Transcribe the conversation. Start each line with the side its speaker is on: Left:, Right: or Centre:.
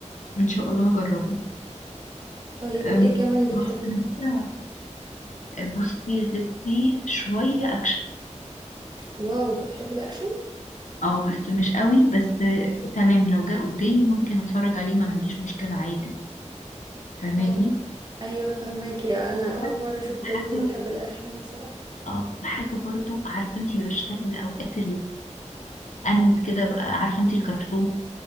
Left: إن شاء الله هجربه
Right: طيب وايه
Left: أم،
Right: كمان بتحبيه
Left: خلاص أنا كده بصي يا ستي شوية أكشن
Right: واو بتحبي الاكشن
Left: اه بس مش قوي بس تمام لو جه قدامي ممكن اتفرج عليه ما عنديش مشكلة عادي فاهماني
Right: اه ايوه فهماكي انا اول
Left: بس
Right: مرة اشوف بنت
Left: حاجة
Right: بتحب الاكشن بصراحة
Left: اه حاجة برضو عارفة انتي بشتاق لأوقات الأنمي كده بقى عارفة انتي الكرتون